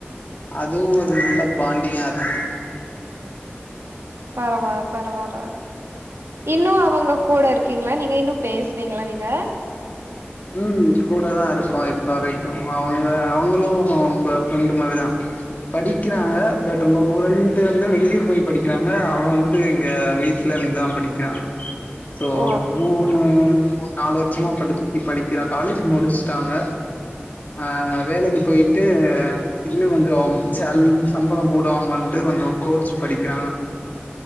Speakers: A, on the left (about 40°); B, on the right (about 75°).
A: அதுவு ஒரு நல்ல பாண்டிங்கா இ்ருக்கு.
B: பரவால்ல பரவால்ல. இன்னு அவங்க கூட இருக்கீங்களா நீங்க இன்னு பேசுவீங்களா நீங்க?
A: ம் கூடதா இருக்கோ இப்ப வரைக்கு அவங்க அவங்களு உங்க ஃப்ரெண்டு மாரிதா படிக்கிறாங்க பட் உங்க ஃப்ரெண்டு வந்து வெளியூர் போய் படிக்கிறாங்க அவங்க வந்து இங்க வீட்ல இருந்துதா படிக் கிறாங்க. சோ
B: ஓ அப்டிங்களா
A: மூணு மூணு நாலு வருஷமா படிக்கி படிக்கிறா. காலேஜ் முடிச்சுட்டாங்க ஆ வேலைக்கு போயிட்டு இன்னு கொஞ்சம் சேல் சம்பளம் போடுவாங்கன்ட்டு கொஞ்சோ கோர்ஸ் படிக்கிறாங்க.